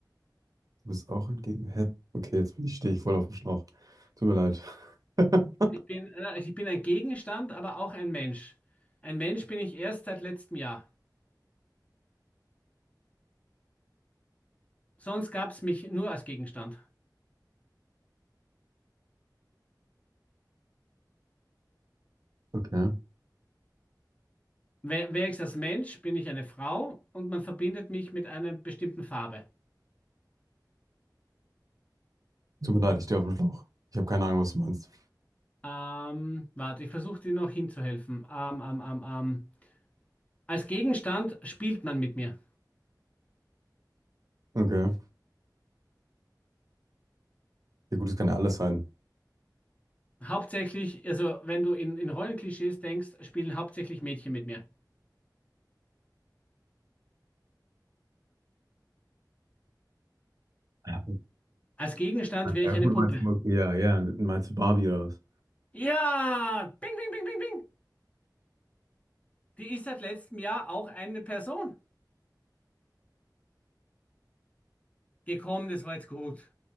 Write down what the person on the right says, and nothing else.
Du bist auch entgegen. Hä? Okay, jetzt bin ich, stehe ich voll auf dem Schlauch. Tut mir leid. <laughs>
Okay.
Tut mir leid, ich stehe auf dem Schlauch. Ich habe keine Ahnung, was du meinst.
Okay. Ja, gut, das kann ja alles sein.
Ja,
ja,
gut,
meinst du, okay, ja, ja. Meinst du Barbie oder was?